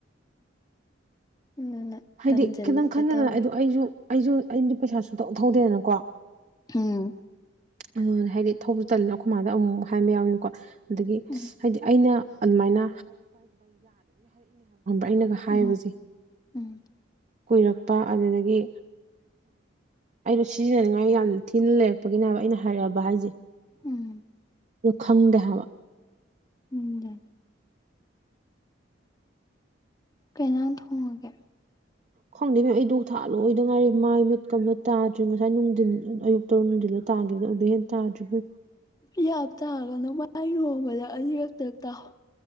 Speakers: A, on the left; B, on the right.
A: ꯑꯗꯨꯅ
B: ꯍꯥꯏꯗꯤ
A: ꯇꯟꯖꯜꯂꯛꯑꯦ
B: ꯈꯤꯇꯪ ꯈꯟꯗꯅ
A: ꯇꯧꯔꯤ
B: ꯑꯗꯣ ꯑꯩꯁꯨ ꯑꯩꯁꯨ ꯅꯥꯪꯗꯤ ꯄꯩꯁꯥꯁꯨꯧ ꯊꯧꯗꯦꯗꯅꯀꯣ
A: ꯎꯝ
B: ꯎꯝ ꯍꯥꯏꯗꯤ ꯊꯧꯕꯁꯨ ꯇꯂꯅ ꯑꯩꯈꯣꯏ ꯃꯥꯗ ꯑꯃꯨꯛ ꯍꯥꯏꯕ ꯌꯥꯎꯏꯅꯤꯀꯣ ꯑꯗꯒꯤ
A: ꯎꯝ
B: ꯍꯥꯏꯗꯤ ꯑꯩꯅ ꯑꯗꯨꯃꯥꯏꯅ ꯑꯩꯅꯒ ꯍꯥꯏꯕ
A: ꯎꯝ ꯎꯝ
B: ꯀꯨꯏꯔꯛꯄ ꯑꯗꯨꯗꯒꯤ ꯑꯩꯗꯣ ꯁꯤꯖꯤꯟꯅꯅꯤꯡꯉꯥꯏ ꯌꯥꯝ ꯊꯤꯅ ꯂꯩꯔꯛꯄꯒꯤꯅꯦꯕ ꯑꯩꯅ ꯍꯥꯏꯔꯦꯕ ꯍꯥꯏꯖꯦ
A: ꯎꯝ
B: ꯈꯪꯗꯦ ꯍꯥꯏꯕ
A: ꯎꯝꯗ ꯀꯩꯅ ꯊꯣꯡꯉꯒꯦ
B: ꯈꯪꯗꯦ ꯃꯦꯝ ꯑꯩꯗꯣꯛ ꯊꯥ ꯂꯣꯏꯗ ꯉꯥꯏꯔꯤꯦ ꯃꯥꯏ ꯃꯤꯠꯀꯕ ꯇꯥꯗ꯭ꯔꯤ ꯉꯁꯥꯏ ꯅꯨꯡꯊꯤꯟ ꯑꯌꯨꯛ ꯇꯔꯨꯛ ꯅꯨꯡꯊꯜꯂꯣ ꯇꯥꯈꯤꯕꯗꯣ ꯑꯗꯨꯗ ꯍꯦꯟ ꯇꯥꯗ꯭ꯔꯤꯕ
A: ꯏ ꯇꯥꯑꯒ ꯅ ꯋꯥꯥꯏꯔꯨꯕꯗ ꯑꯅꯤꯔꯛꯇ ꯇꯥꯎ